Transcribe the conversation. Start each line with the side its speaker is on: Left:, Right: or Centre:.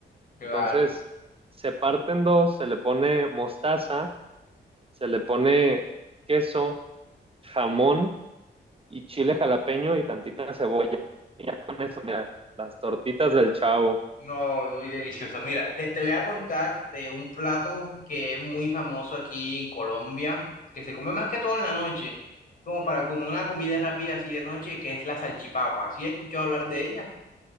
Left: Claro.
Right: Entonces, se parte en dos, se le pone mostaza, se le pone queso, jamón y chile jalapeño y tantita cebolla. Y ya con eso, mira, las tortitas del chavo.
Left: No, muy delicioso. Mira, te, te voy a contar de un plato que es muy famoso aquí en Colombia, que se come más que todo en la noche, como para como una comida rápida así de noche, que es la salchipapa. ¿Sí he escuchado hablar de ella?